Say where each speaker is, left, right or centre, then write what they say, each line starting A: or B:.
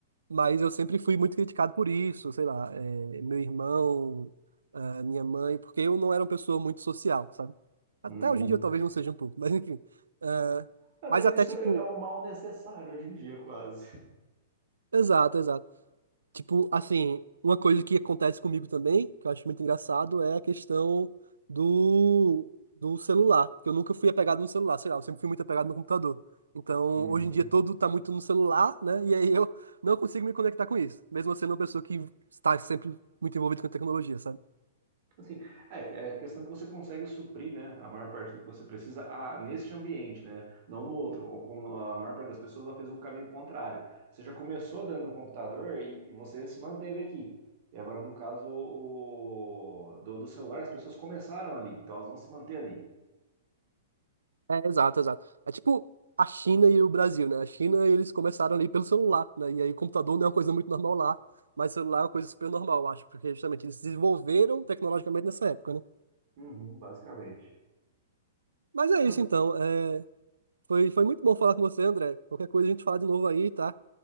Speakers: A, on the right; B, on the right.
A: Mas eu sempre fui muito criticado por isso, sei lá, eh, meu irmão, ah, minha mãe, porque eu não era uma pessoa muito social, sabe? Até
B: Uhum.
A: hoje em dia eu talvez não seja um pouco, <laughs> mas enfim. Ah,
B: É, mas
A: mas até
B: isso
A: tipo,
B: é, é um mal necessário hoje em dia, quase.
A: exato, exato. Tipo, assim, uma coisa que acontece comigo também, que eu acho muito engraçado, é a questão do, do celular. Que eu nunca fui apegado no celular, sei lá, eu sempre fui muito apegado no computador. Então,
B: Uhum.
A: hoje em dia, todo tá muito no celular, né? E aí eu não consigo me conectar com isso. Mesmo eu sendo uma pessoa que está sempre muito envolvida com a tecnologia, sabe?
B: Assim, é, é a questão que você consegue suprir, né, a maior parte do que você precisa a, neste ambiente, né, não no outro. Ou como a maior parte das pessoas ela fez o caminho contrário. Você já começou dentro do computador e, e você se manteve aqui. E agora, no caso o, o- do, do celular, as pessoas começaram ali, então elas vão se manter ali.
A: É, exato, exato. É tipo a China e o Brasil, né? A China, eles começaram ali pelo celular, né? E aí o computador não é uma coisa muito normal lá, mas o celular é uma coisa super normal, eu acho, porque justamente eles se desenvolveram tecnologicamente nessa época, né?
B: Uhum, basicamente.
A: Mas é
B: Pô,
A: isso então. É, Foi, foi muito bom falar com você, André. Qualquer coisa a gente fala de novo aí, tá?